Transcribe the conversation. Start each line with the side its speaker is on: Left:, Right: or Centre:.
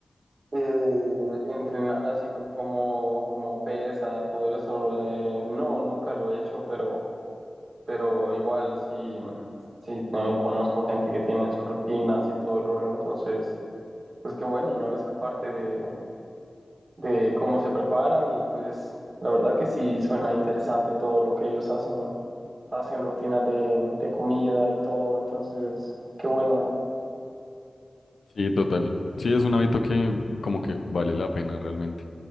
Right: Eh, entrenar así como, como pesas, todo eso. eh, no, nunca lo he hecho, pero, pero igual sí, sí eh, conozco gente que tiene sus rutinas y todo el rollo. Entonces, pues qué bueno, ¿no? Es parte de, de cómo se preparan y pues la verdad que sí suena interesante todo lo que ellos hacen, ¿no? Hacen rutinas de, de comida y todo, entonces qué bueno, ¿no?
Left: Sí, total. Sí, es un hábito que como que vale la pena realmente.